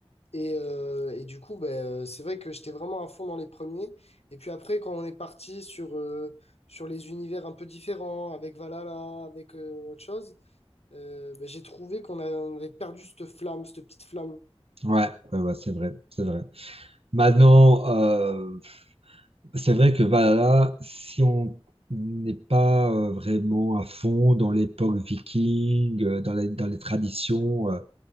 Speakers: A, on the left; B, on the right.
A: Et, euh, et du coup, ben, euh, c'est vrai que j'étais vraiment à fond dans les premiers. Et puis après, quand on est parti sur, euh, sur les univers un peu différents, avec Valhalla, avec euh, autre chose, euh, ben, j'ai trouvé qu'on a- on avait perdu cette flamme, cette petite flamme.
B: ouais, ouais, ouais, c'est vrai, c'est vrai. Maintenant, euh, c'est vrai que Valhalla, si on n'est pas euh, vraiment à fond dans l'époque viking, euh, dans les, dans les traditions, euh,